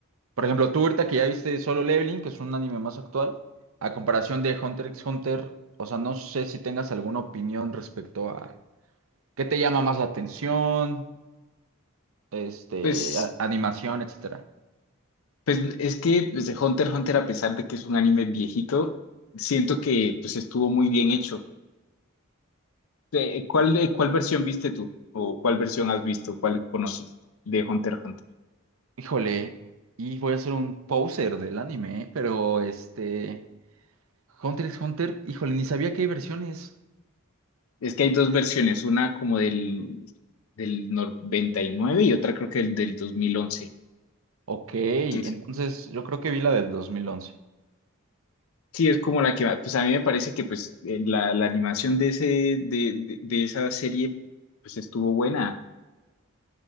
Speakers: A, on the right; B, on the left.
A: Por ejemplo, tú ahorita que ya viste Solo Leveling, que es un anime más actual, a comparación de Hunter x Hunter, o sea, no sé si tengas alguna opinión respecto a qué te llama más la atención, este,
B: Pues,
A: a- animación, etcétera.
B: pues es que pues, Hunter x Hunter, a pesar de que es un anime viejito, siento que pues estuvo muy bien hecho. de- ¿Cuál, de- cuál versión viste tú? ¿O cuál versión has visto? ¿Cuál conoces de Hunter x Hunter?
A: Híjole, y voy a ser un poser del anime, ¿eh? pero este, Hunter x Hunter, híjole, ni sabía que hay versiones.
B: Es que hay dos versiones, una como del, del 99 y nueve y otra creo que el del 2011.
A: Ok, entonces
B: que es-
A: yo creo que vi la del 2011.
B: sí, es como la que, va- pues a mí me parece que pues eh, la, la animación de, ese, de, de, de esa serie pues estuvo buena.